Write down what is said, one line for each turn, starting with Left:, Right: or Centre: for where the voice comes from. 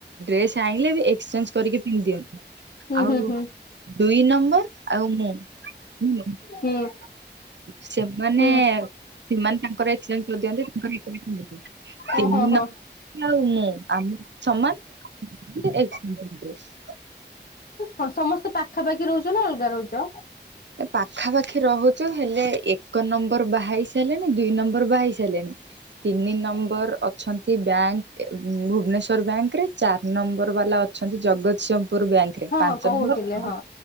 Right: ଡ୍ରେସ ଆଣିଲେ ବି ଏକ୍ସଚେଞ୍ଜ କରିକି ପିନ୍ଧି ଦିଅନ୍ତିୁ।
Left: ହୁଁ
Right: ଆଉ
Left: ହୁଁ ହୁଁ।
Right: ଦୁଇ ନମ୍ବର ଆଉ ମୁଁ ନ
Left: ହୁଁ
Right: ସେମାନେ
Left: ହୁଁ
Right: ସେମାନେ ତାଙ୍କର ଏକ୍ସଚେଞ୍ଜ କରିଦିଅନ୍ତି ତାଙ୍କର କେମିନ
Left: ଓହୋ ହୋ।
Right: ଆଉ ମୁଁ ଆମ ସମାନ ଆମେ ବି ଏକ୍ସଚେଞ୍ଜ କରିଦୋଉ।
Left: ହଁ ସମସ୍ତେ ପାଖାପାଖି ରହୁଚ ନା ଅଲଗା ରହୁଚ?
Right: ପାଖା ପାାଖି ରହୁଛୁ ହେଲେ ଏକ ନମ୍ବର ବାହେଇ ସାରିଲେଣି ଦୁଇ ନମ୍ବର ବାହେଇ ସାରିଲେଣି ତିନି ନମ୍ବର ଅଛନ୍ତି ବ୍ୟାଙ୍କ ଭୁବନେଶ୍ଵର ବ୍ୟାଙ୍କ ରେ ଚାରି ନମ୍ବର ବାଲା ଅ ଅଛନ୍ତି ଜଗତସିଂହପୁର ବ୍ୟାଙ୍କ ରେ
Left: ହଁ
Right: ପାଞ୍ଚ
Left: ହଁ କହୁଥିଲେ
Right: ନମ୍ବର
Left: ହଁ